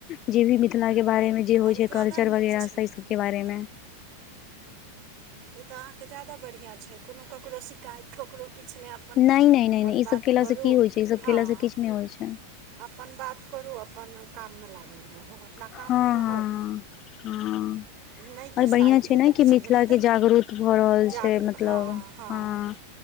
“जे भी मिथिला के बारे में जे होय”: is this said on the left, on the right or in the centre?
Left